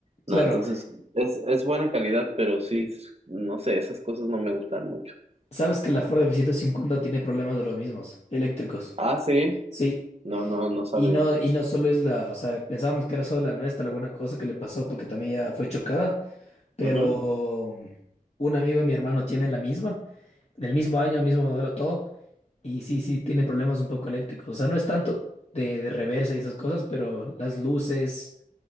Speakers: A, on the right; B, on the left.
A: No,
B: claro.
A: entonces es, es buena calidad, pero sí, no sé, esas cosas no me gustan mucho.
B: Sabes que la Ford f ciento cincuenta tiene problemas de los mismos, eléctricos.
A: Ah, sí.
B: Sí,
A: No, no, no sabía.
B: y no, y no solo es la, o sea, pensábamos que era solo la nuestra, la buena cosa que le pasó porque también ya fue chocada, pero
A: Ujú.
B: mm, un amigo de mi hermano tiene la misma, del mismo año, mismo modelo, todo, y sí, sí, tiene problemas un poco eléctricos. O sea, no es tanto de, de reversa y esas cosas, pero las luces,